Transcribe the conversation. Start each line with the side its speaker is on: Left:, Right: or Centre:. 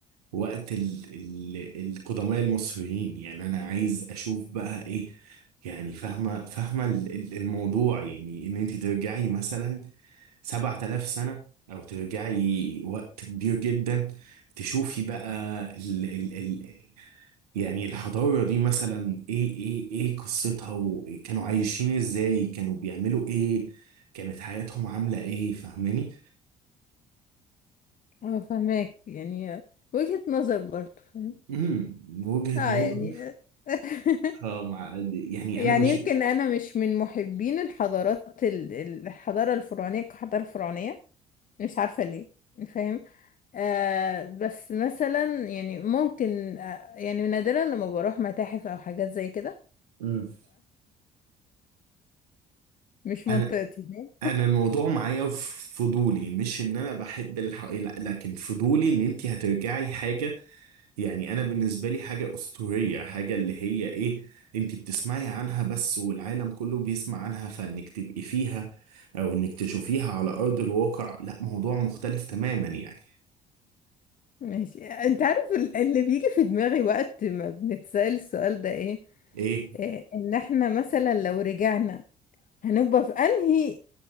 Right: وقت ال ال القدماء المصريين يعني انا عايز اشوف بقى ايه يعني فاهمه فاهمه ال- ال- الموضوع يعني ان انت ترجعي مثلا 7000 سنه او ترجعي وقت كبير جدا تشوفي بقى ال ال ال يعني الحضاره دي مثلا ايه ايه ايه قصتها وكانوا عايشين ازاي كانوا بيعملوا ايه كانت حياتهم عامله ايه فاهماني
Left: أنا فاهماك يعني وجهة نظر برضه فاهم؟
Right: امم من وجهه
Left: آه يعني
Right: نظري
Left: <laughs>
Right: اه مع يعني
Left: يعني
Right: انا بشوف
Left: يمكن أنا مش من محبين الحضارات ال- الحضارة الفرعونية كحضارة فرعونية مش عارفة ليه فاهم آه بس مثلا يعني ممكن آه يعني نادرا لما بروح متاحف او حاجات زي كده
Right: امم
Left: فمش <laughs> منطقتي
Right: انا
Left: فاهم؟
Right: انا الموضوع معايا في فضولي مش ان انا بحب الح... لا لكن فضولي ان انت هترجعي حاجه يعني انا بالنسبه لي حاجه اسطوريه حاجه اللي هي ايه انت بتسمعي عنها بس والعالم كله بيسمع عنها فانك تبقي فيها او انك تشوفيها على ارض الواقع لا موضوع مختلف تماما يعني
Left: ماشي انت عارف ال- اللي بيجي في دماغي وقت ما بنتسأل السؤال ده ايه
Right: ايه
Left: آه ان احنا مثلا لو رجعنا هنبقى في انهي